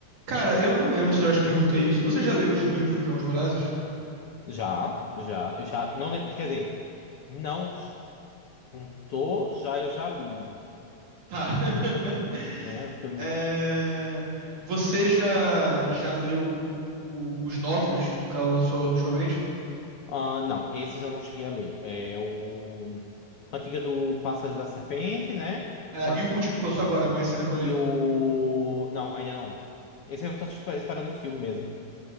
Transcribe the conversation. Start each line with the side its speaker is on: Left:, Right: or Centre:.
Right: Cara, eu não lembro se eu já te perguntei isso. Você já leu os livros dos Jogos Vorazes?
Left: Já, já, eu já, não lembro, quer dizer, não juntou, já eu já li,
Right: Tá. <laughs>
Left: né? Porque eu não.
Right: É, Você já, já leu o- os novos, tipo, que ela lançou ultimamente?
Left: Ah, não, esses eu não cheguei a ler. É o Cantiga do Pássaro e da Serpente, né?
Right: É,
Left: O Pássaro...
Right: e o último que lançou agora, Amanhecer na Colheita?
Left: E o. Não, ainda não. Esse eu tô espe- esperando o filme mesmo.